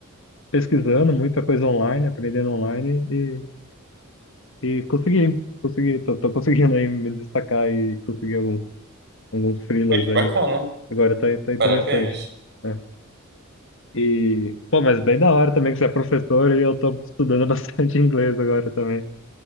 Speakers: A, on the left; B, on the right.
A: pesquisando muita coisa online, aprendendo online e, e consegui, consegui, tô, tô conseguindo aí me destacar e conseguir alguns, alguns freelas
B: É que
A: aí.
B: bacana.
A: Agora tá, tá interessante.
B: Parabéns.
A: né? E, pô, mas bem da hora também que você é professor e eu tô estudando <laughs> bastante inglês agora também.